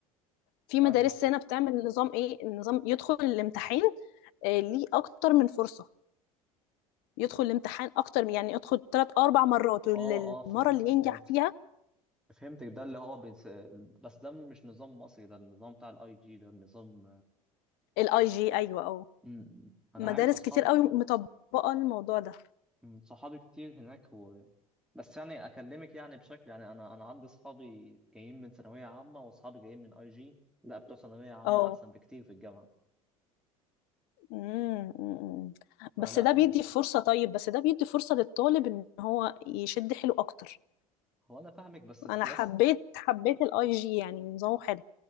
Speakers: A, on the left (about 60°); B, in the centre.
A: في
B: فاهمك
A: مدارس هنا بتعمل نظام إيه النظام يدخل الامتحان آه، ليه أكتر من فرصة يدخل الامتحان أكتر يعني يدخل ثلاث أربع مرات والمرة
B: اه اه فهمتك
A: اللي ينجح
B: فهمتك
A: فيها
B: فهمتك ده اللي هو بس, بس ده مش نظام مصري ده النظام بتاع الاي جي ده النظام
A: الاي جي ايوه اه
B: مم. انا
A: مدارس
B: عارف اصحاب
A: كتير قوي مطبقة الموضوع ده
B: مم، صحابي كتير هناك و... بس يعني اكلمك يعني بشكل يعني انا انا عندي اصحابي جايين من ثانويه عامه واصحابي جايين من اي جي لا بتوع ثانويه عامه
A: اه
B: احسن بكتير في الجامعه
A: مم، مم.
B: فلا
A: بس ده بيدي
B: ال...
A: فرصة طيب بس ده بيدي فرصة للطالب ان هو يشد حيله اكتر
B: هو انا فاهمك بس بقياس
A: انا حبيت حبيت الاي جي يعني نظامه حلو